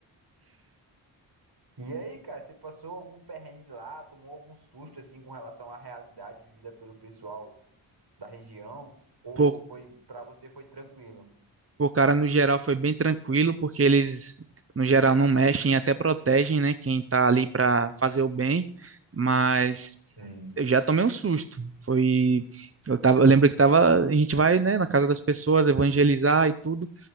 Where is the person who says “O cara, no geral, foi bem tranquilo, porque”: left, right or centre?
Right